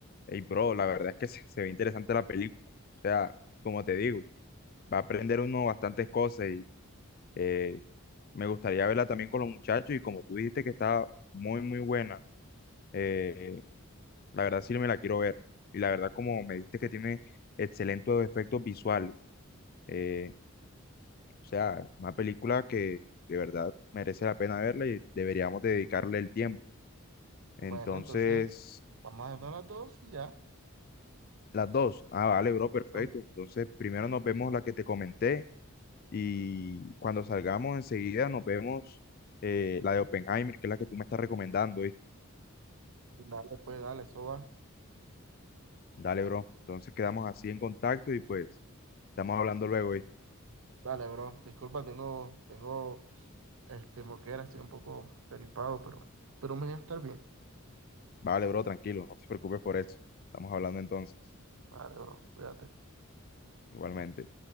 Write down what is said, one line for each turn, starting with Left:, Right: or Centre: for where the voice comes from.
Left: Ey, bro, la verdad es que <laughs> se, se ve interesante la película. O sea, como te digo, va a aprender uno bastantes cosas y... eh, Me gustaría verla también con los muchachos y como tú dijiste que está muy, muy buena, eh, la verdad sí me la quiero ver. Y la verdad como me dijiste que tiene excelentes efectos visuales, eh, o sea, una película que de verdad merece la pena verla y deberíamos dedicarle el tiempo. Entonces,
Right: Bueno, entonces vamos a darnos las dos y ya.
Left: las dos. Ah, vale, bro, perfecto.
Right: ¿no?
Left: Entonces, primero nos vemos
Right: Yo.
Left: la que te comenté y cuando salgamos enseguida nos vemos eh, la de Oppenheimer, que es la que tú me estás recomendando.
Right: Dale, pues, dale, eso va.
Left: Dale, bro. Entonces quedamos así en contacto y pues estamos hablando luego, ¿viste?
Right: Dale, bro. Disculpa, tengo, tengo, este, moquera, estoy un poco peripado, pero, pero mañana estar bien.
Left: Vale, bro, tranquilo, no te preocupes por eso. Estamos hablando entonces,
Right: Vale, bro, cuídate.
Left: igualmente.